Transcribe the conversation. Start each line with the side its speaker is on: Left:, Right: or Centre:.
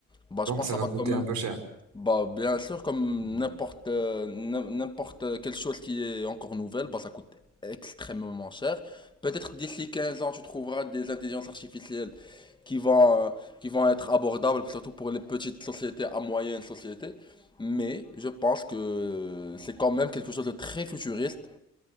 Left: Bah,
Right: Donc
Left: je pense
Right: ça
Left: que ça
Right: va
Left: va
Right: coûter
Left: quand même.
Right: un peu cher.
Left: Bah, bien sûr, comme
Right: Mm.
Left: n'importe euh, n'im- n'importe quelle chose qui est encore nouvelle, bah, ça coûte extrêmement cher. Peut-être d'ici 15 ans, tu trouveras des intelligences artificielles qui vont, euh, qui vont être abordables, surtout pour les petites sociétés à moyenne société. Mais je pense que c'est quand même quelque chose de très futuriste